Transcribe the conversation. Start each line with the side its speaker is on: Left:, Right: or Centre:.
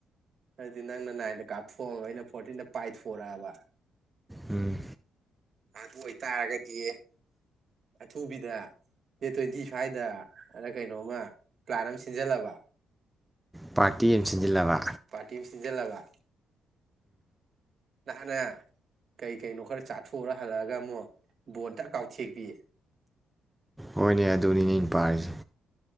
Right: ꯑꯗꯤ ꯅꯪꯅ ꯅꯥꯏꯟꯗ ꯀꯥꯞꯊꯣꯛꯑꯕ ꯑꯩꯅ ꯐꯣꯔꯇꯤꯟꯗ ꯄꯥꯏꯊꯣꯔꯛꯑꯕ꯫
Centre: ꯎꯝ꯫
Right: ꯑꯗꯨ ꯑꯣꯏꯇꯥꯔꯒꯗꯤ ꯑꯊꯨꯕꯤꯗ ꯗꯦꯠ ꯇ꯭ꯋꯦꯟꯇꯤ ꯁ꯭ꯋꯥꯏꯗ ꯑꯗ ꯀꯩꯅꯣꯝꯃ ꯄ꯭ꯂꯥꯟ ꯑꯃ ꯁꯤꯟꯖꯜꯂꯕ꯫
Centre: ꯄꯥꯔꯇꯤ ꯑꯃ ꯁꯤꯟꯖꯤꯜꯂꯕ꯫
Right: ꯄꯥꯔꯇꯤꯝ ꯁꯤꯟꯖꯤꯜꯂꯕ꯫ ꯅꯍꯥꯟꯅ ꯀꯩꯀꯩꯅꯣ ꯈꯔ ꯆꯥꯊꯣꯎꯔ ꯍꯜꯂꯛꯑꯒ ꯑꯃꯨꯛ ꯕꯣꯟ ꯇꯛ ꯀꯥꯎꯊꯦꯛꯄꯤ꯫
Centre: ꯍꯣꯏꯅꯦ ꯑꯗꯨꯅꯤꯅꯦ ꯑꯩ ꯄꯥꯔꯤꯁꯦ꯫